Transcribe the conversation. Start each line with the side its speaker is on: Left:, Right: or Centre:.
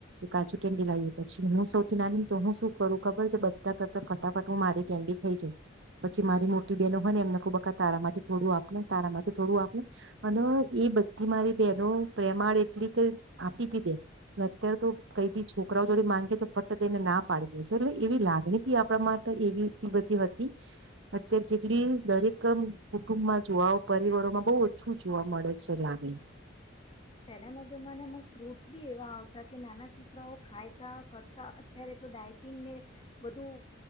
Right: કાચું કેન્ડી લએ પછી હું સૌથી નાની તો હું શું કરું ખબર છે બધા કરતા ફટાફટ હું મારી કેન્ડી ખાઈ જાઉં પછી મારી મોટી બહેનો હોય ને એમને ખબ તારા માંથી થોડું આપણે તારા માંથી થોડું આપણે અને એ બધી મારી બહેનો પ્રેમાળ એટલી કે આપી બી દે. અત્યારે તો કઈ બી છોકરાઓ જોડે માંગે તો ફટત એને ના પાડી દે છે એટલે એવી લાગણી બી આપણા માટે એવી એટલી બધી હતી અત્યારે જેટલી દરેક કુટુંબમાં જોવાઓ પરિવારોમાં બહુ ઓછું જોવા મળે છે લાગણી.
Left: પહેલાના જમાનામાં ફ્રૂટ્સ બી એવા આવતા કે નાના છોકરાઓ ખાયતા કરતા અત્યારે તો ડાયટિંગ ને બધું